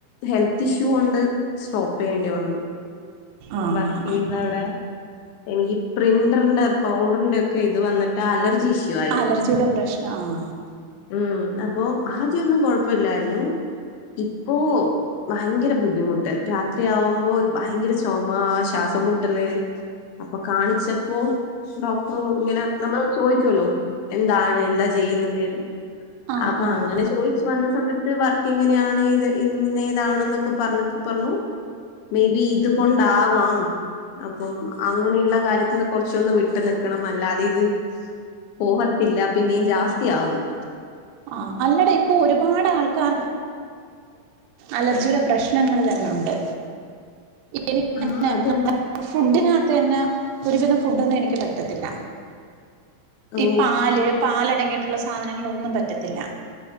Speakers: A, on the left; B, on the right.
A: ഹെൽത്ത് ഇഷ്യൂ ഉണ്ട് സോ വേണ്ടി വന്നു
B: ആഹ്
A: വർക്ക് ചെയ്യുന്ന
B: ആഹ്
A: അവിടെ എനിക്ക് പ്രിന്ററിന്റെ പൗ ഡറിന്റെ ക്കെ ഇത് വന്നിട്ട് അലർജി ഇഷ്യു ആയി
B: അലർജിയുടെ പ്രശ്നം ആഹ്
A: ഉ അപ്പൊ ആദ്യൊന്നും കൊഴപ്പില്ലായിരുന്നു ഇപ്പോൊ ഭയങ്കര ബുദ്ധിമുട്ട് രാത്രിയാവുമ്പോ ഭയങ്കര ചുമ ശ്വാസം മുട്ടല് അപ്പൊ കാണിച്ചപ്പോ ഡോക്ടറ ഇങ്ങനെ നമ്മൾ ചോദിക്കല്ലോ എന്താണ് എന്താ ചെയ്യുന്നത്
B: ആഹ്
A: അപ്പൊ
B: ആഹ്
A: അങ്ങനെ ചോദിച്ചു വന്ന സമയത്ത് വർക്ക് ഇങ്ങനെയാണ് ഇത് ഇന്ന ഇതാാണ് എന്നൊക്കെ പറഞ്ഞ പറഞ്ഞു മേബി ഇത് കൊണ്ടവാം അപ്പം അങ്ങനെയുള്ള കാര്യത്തിന്ന് കൊറച്ചൊന്ന് വിട്ടു നിിക്കണം അല്ലാതെ ഇത് പോവത്തില്ല പിന്നേും ജാസ്തിയാവുംും
B: ആ അല്ലടാ ഇപ്പൊ ഒരുപാട് ആൾക്കാർ അലജുര പ്രശ്നങ്ങള് തന്നെയുണ്ട് എ <unintelligible>
A: ആ അതെന്താ
B: ഫുഡ ന്നെ ഒരുവിധം ഫുഡൊന്നും എനിക്ക് പറ്റത്തില്ല
A: ഓ
B: ഈ പാല് പ്പാല തുടങ്ങിയിട്ടുള്ള സാധനങ്ങൾ ഒന്നും പറ്റത്തില്ല